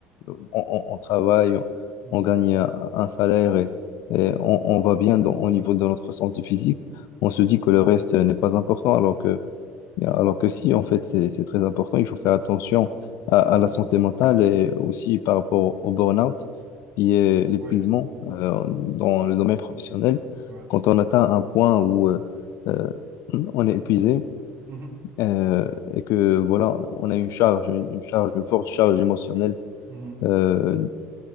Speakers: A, on the left; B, on the right.
A: on, on- on travaille, on,
B: Mm.
A: on gagne un, un salaire et, et on, on va bien dans- au niveau de notre santé physique, on se dit
B: Mm. Mm.
A: que le reste n'est pas important, alors que alors que si, en fait, c'est c'est très important. Il faut faire attention à, à
B: Mm.
A: la santé mentale et aussi par rapport au burn-out, qui est l'épuisement
B: Oui.
A: euh, dans le domaine professionnel.
B: Ouais.
A: Quand on atteint un point où euh, euh, on est épuisé
B: Mhm,
A: euh, et que voilà, on a une charge, une charge, une forte charge émotionnelle,
B: mhm,
A: euh,